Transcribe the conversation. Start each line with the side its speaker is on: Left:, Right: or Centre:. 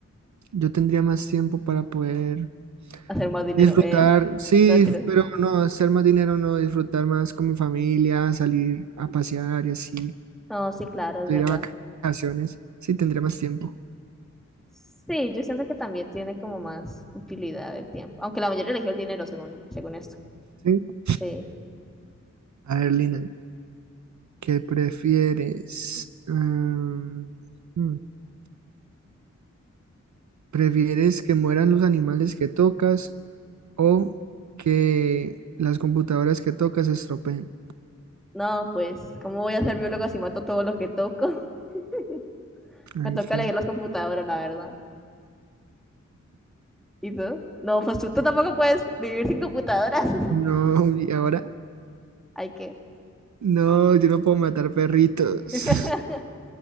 Right: Yo tendría más tiempo para poder
Centre: hacer más dinero,
Right: disfrutar,
Centre: ¿eh?
Right: sí,
Centre: No, mentira.
Right: pero no, hacer más dinero, no, disfrutar más con mi familia, salir a pasear y así,
Centre: No, sí, claro, es
Right: ir
Centre: verdad.
Right: a vacaciones. Sí, tendría más tiempo.
Centre: Sí, yo siento que también tiene como más utilidad el tiempo, aunque la mayoría eligió el dinero según, según esto.
Right: Sí.
Centre: Sí.
Right: A ver, Lina, ¿qué prefieres? Ah, mm, ¿Prefieres que mueran los animales que tocas o que las computadoras que tocas se estropeen?
Centre: No, pues, ¿cómo voy a ser biólogo si mato todo lo que toco? <laughs>
Right: Ay,
Centre: Me toca
Right: que
Centre: elegir las computadoras, la verdad. ¿Y tú? No, pues tú, tú tampoco puedes vivir sin computadoras. <laughs>
Right: no, <laughs> y ahora
Centre: Hay que.
Right: no, yo no puedo matar perritos.
Centre: <laughs>
Right: <laughs>